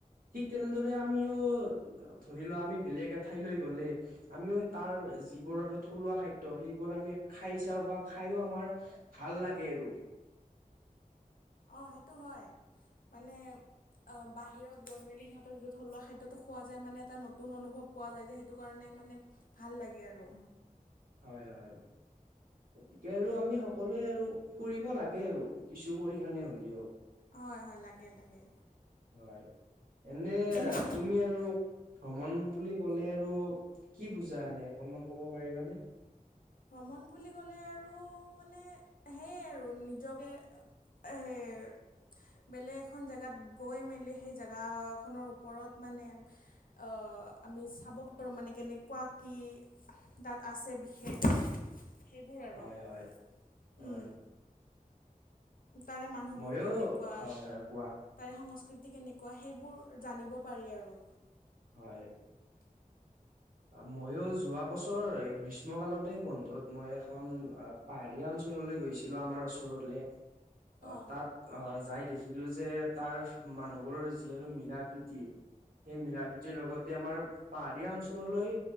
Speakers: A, on the right (about 75°); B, on the left (about 75°).
A: ঠিক তেনেদৰে আমিও ধৰি লোৱা আমি বেলেগ এঠাইলৈ গলে আমিও তাৰ যিবোৰ আৰু থলুৱা খা দ্য সেইবোৰ আমি খাই চাওঁ বা খাইয়ো আমাৰ ভাল লাগে আৰু
B: অ সেইটো হয় মানে অ বাহিৰত গৈ মেলি সিহঁতৰ য'ত থলুৱা খাদ্য টো খোৱা যায় মানে এটা নতুন অনুভৱ পোৱা যায় যে সেইটো কাৰণে মানে ভাল লাগে আৰু
A: হয় হয়। গতিকে আৰু আমি সকলোৱে আৰু ফুৰিব লাগে আৰু কিছু পৰিমাণে হ'লেও।
B: হয় হয়, লাগে লাগে।
A: হয়। এনেই
B: এনে
A: তুমি আৰু- ভ্ৰমণ বুলি ক'লে আৰু কি বুজা এনেই অকণমান ক'ব পাৰিবানে?
B: ভ্ৰমণ বুলি ক'লে আৰু মানে সেয়াই আৰু নিজকে- সেই- বেলেগ এখন জেগাত গৈ মেলি সেই জেগাখনৰ ওপৰত মানে- আঁহ আমি চাব পাৰোঁ মানে কেনেকুৱা কি তা'ত আছে বিশেষ- সেইবোৰ আৰু
A: হয়
B: উমঁ।
A: হয় হয়
B: তাৰে মানুহবোৰ
A: ময়ো
B: কেনেকুৱা-
A: হয় হয় কোৱা
B: তাৰে সংস্কৃতি কেনেকুৱা সেইবোৰ জানিব পাৰি আৰু।
A: হয়। মইও যোৱা বছৰ গ্ৰীষ্ম কালতেই বন্ধত মই এখন- পাহাৰীয়া অঞ্চললৈ গৈছিলো আমাৰ ওচৰলে অহ
B: অঁ
A: তাত- অ যাই দেখিলো যে তাৰ মানুহবোৰৰ যি আৰু মিলা-প্ৰীতি- সেই মিলা-প্ৰীতিৰ লগতে আমাৰ পাহাৰীয়া অঞ্চললৈ